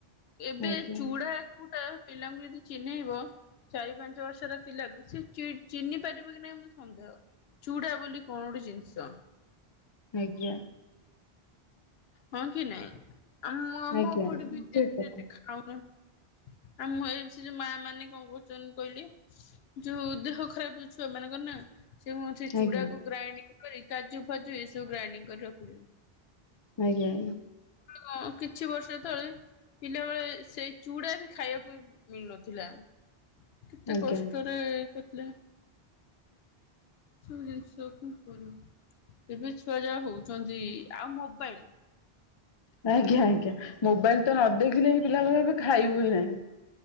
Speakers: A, on the left; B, on the left.
A: ଏବେ
B: ଆଜ୍ଞା
A: ଚୁଡା କୋଉଟା ପିଲାଙ୍କୁ ଯଦି ଚିହ୍ନେଇବ ଚାରି ପାଞ୍ଚ ବର୍ଷର ପିଲା ସେ ଚିହ୍ନି ପାରିବ କି ନାହିଁ ମୁଁ ସନ୍ଦେହ। ଚୁଡା ବୋଲି କଣ ଗୋଟେ ଜିନିଷ?
B: ଆଜ୍ଞା।
A: ହଁ କି ନାଇଁ ଆମ ଆମ
B: ଆଜ୍ଞା
A: ଉପଟ
B: ଆଜ୍ଞା
A: ବି
B: ଠିକ
A: ଏତେ
B: କଥା
A: ଖାଉନାହାନ୍ତି। ଆଉ ଏମ ଯୋଉ ମା ମାନେ କଣ କରୁଛନ୍ତି କହିଲେ ଯୋଉ ଦେହ ଖରାପ ଯୋଉ ଛୁଆ ମାନଙ୍କର ନା ସେ ମୁଁ ସେ
B: ଆଜ୍ଞା
A: ଚୁଡାକୁ ଗ୍ରାଇଣ୍ଡିଂ କରି କାଜୁ ଫାଜୁ ଏସବୁ ଗ୍ରାଇଣ୍ଡିଂ କରି ରଖୁଛନ୍ତି।
B: ଆଜ୍ଞା ଆଜ୍ଞା।
A: ହଁ କିଛି ବର୍ଷ ତଳେ ପିଲାବେଳେ ସେଇ ଚୁଡା ବି ଖାଇବାକୁ ମିଳୁନଥିଲା। କେତେ
B: ଆଜ୍ଞା ଆଜ୍ଞା
A: କଷ୍ଟରେ କରିଥିଲେ। ସବୁ ଜିନିଷ କଣ କରିବି ଏବେ ଛୁଆ ଯାହା ହଉଛନ୍ତି ଆଉ ମୋ ମୋବାଇଲ
B: ଆଜ୍ଞା ଆଜ୍ଞା ମୋବାଇଲ ତ ନ ଦେଖିଲେ ହିଁ ପିଲା ଏବେ ଖାଇବୁ ହିଁ ନାହିଁ।